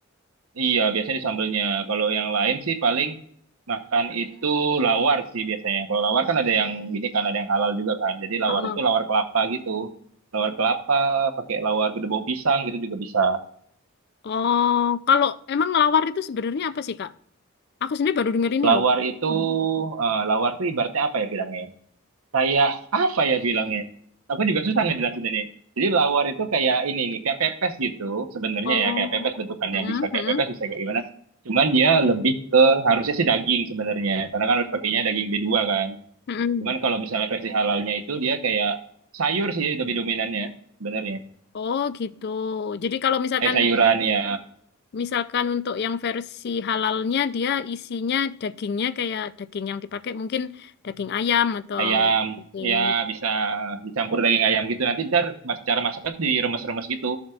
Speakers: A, on the right (about 90°); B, on the left (about 50°).
A: Iya, biasanya di sambelnya. Kalau yang lain sih paling makan itu lawar sih biasanya. Kalau lawar kan ada yang gini kan, ada yang halal juga kan. Jadi lawar
B: Heeh.
A: itu lawar kelapa gitu. Lawar kelapa, pakai lawar gedebong pisang gitu juga bisa.
B: Oh kalau emang lawar itu sebenarnya apa sih Kak? Aku sendiri baru denger ini
A: Lawar
B: loh.
A: itu, eh, lawar tuh ibaratnya apa ya bilangnya? ya? Kayak apa ya bilangnya? Aku juga susah ngejelasin ini. Jadi lawar itu kayak ini nih, kayak pepes gitu sebenarnya
B: Oh.
A: ya, kayak pepes bentukannya
B: Heeh,
A: bisa kayak
B: heeh.
A: pepes, bisa kayak gimana. Cuman dia lebih ke harusnya sih daging sebenarnya, karena kan harus pakainya daging b dua kan.
B: Mm-mm.
A: Cuman kalau misalnya versi halalnya itu dia kayak sayur sih lebih dominannya sebenarnya.
B: Oh gitu. Jadi kalau misalkan
A: Kayak sayuran ya,
B: Misalkan untuk yang versi halalnya dia isinya dagingnya kayak daging yang dipakai mungkin daging ayam atau
A: ayam
B: daging
A: ya bisa dicampur daging ayam gitu. Nanti ntar mas cara masaknya tuh diremes-remes gitu.